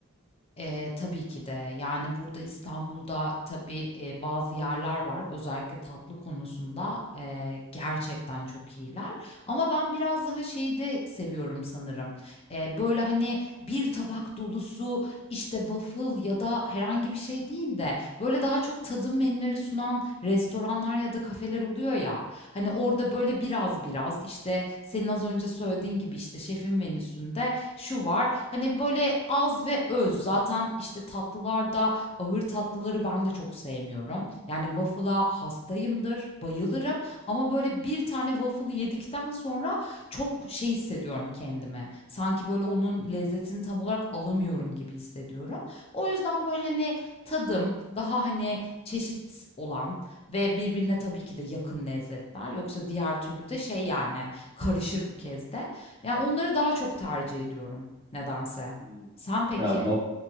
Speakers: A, on the left; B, on the right.
A: Eee, tabii ki de. Yani, burada İstanbul'da tabii, eee, bazı yerler var. Özellikle tatlı konusunda, eee, gerçekten çok iyiler ama ben biraz daha şeyi de seviyorum sanırım. Eee, böyle, hani, bir tabak dolusu, işte, waffle ya da herhangi bir şey değil de, böyle, daha çok tadım menüleri sunan restoranlar ya da kafeler oluyor ya, hani, orada, böyle, biraz biraz, işte, senin az önce söylediğin gibi, işte, şefin menüsünde şu var. Hani, böyle, az ve öz. Zaten, işte, tatlılarda ağır tatlıları ben de çok sevmiyorum. Yani, waffle'a hastayımdır, bayılırım ama, böyle, bir tane waffle'ı yedikten sonra çok şey hissediyorum kendime Sanki, böyle, onun lezzetini tam olarak alamıyorum gibi hissediyorum. O yüzden, böyle, hani, tadım daha, hani, çeşit olan ve birbirine tabii ki de yakın lezzetler. Yoksa diğer türlü de şey, yani, karışır bu kez de. Ya, onları daha çok tercih ediyorum nedense.
B: Hmm.
A: Sen peki?
B: Ya wa-